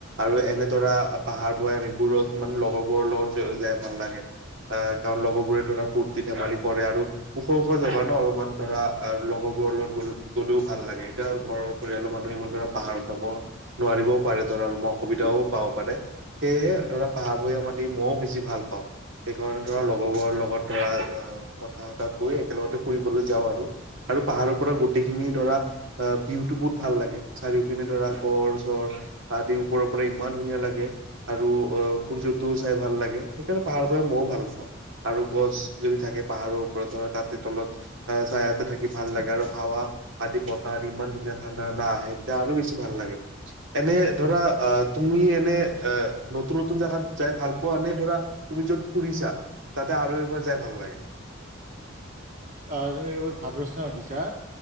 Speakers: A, on the right (about 70°); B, on the right (about 40°).
A: আৰু এনেধৰা পাহাৰ ভৈয়াম এইবোৰত মানে লগৰবোৰৰ লগত যাই ভাল লাগে। আহ কাৰণ লগৰবোৰে ধৰা ফূৰ্তি ধেমালি কৰে আৰু ওখ ওখ জেগা ন অলপমান ধৰা আৰু লগৰবোৰৰ লগত গ'ল গ'লে ভাল লাগে এতিয়া ঘৰত পৰিয়ালৰ মানুহে ইমান ধৰা পাহাৰ জাব নোৱাৰিবও পাৰে ধৰা অসুবিধাও পাব পাৰে সেয়েহে ধৰা পাহাৰ ভৈয়াম আদি মইয়ো বেছি ভাল পাওঁ সেইকাৰণে ধৰা লগৰবোৰৰ লগত ধৰা কথা কৈ একেলগতে ফুৰিবলৈ যাওঁ‌ আৰু আৰু পাহাৰৰ পৰা গোটেইখিনি ধৰা আহ ভিউটো বহুত ভাল লাগে চাৰিওপিনে ধৰা ঘৰ চৰ আদি ওপৰৰ পৰা ইমান ধুনীয়া লাগে আৰু অ সূৰ্যটোও চাই ভাল লাগে সেইকাৰণে পাহাৰ ভৈয়াম মইয়ো ভাল পাওঁ আৰু গছ যদি থাকে পাহাৰৰ ওপৰত ধৰা তাতে তলত চায়া চায়াতে থাকি ভাল লাগে আৰু হাৱা আদি বতাহদি ইমান ধুনীয়া ঠাণ্ডা ঠাণ্ডা আহে তেতিয়া আৰু বেছি ভাল লাগে এনে ধৰা অ তুমি এনে এ নতুন নতুন জেগাত যাই ভাল পোৱানে ধৰা তুমি য'ত ফুৰিছা তাতে আৰু এবাৰ যাই ভাল লাগে
B: আহ তুমি একেবাৰে ভাল প্ৰশ্ন সুধিছা